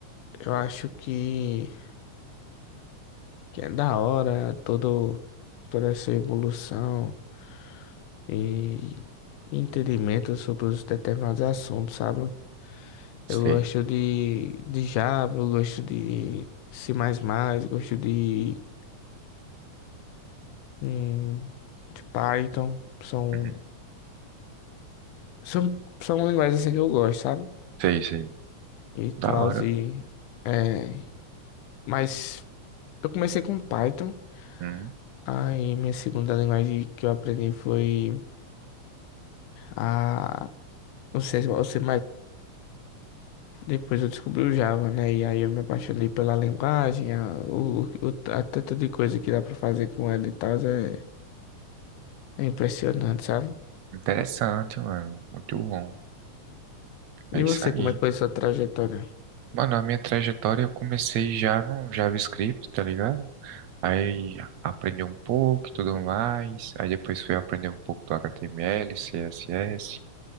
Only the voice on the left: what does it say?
eu acho que, que é da hora todo, toda essa evolução. e entendimento sobre os determinados assuntos, sabe? Eu
gosto de, de Java, eu gosto de C++, gosto de, hum, de Python. São,
são, são linguagens assim que eu gosto, sabe?
E
tal,
e... É, mas eu comecei com Python,
aí minha segunda linguagem que eu aprendi foi a, o C, o C++. Depois eu descobri o Java, né? E aí eu me apaixonei pela linguagem, a, o, o- a tanta de coisa que dá pra fazer com ela e tal, é, é impressionante, sabe?
E
você,
como é que foi a sua trajetória?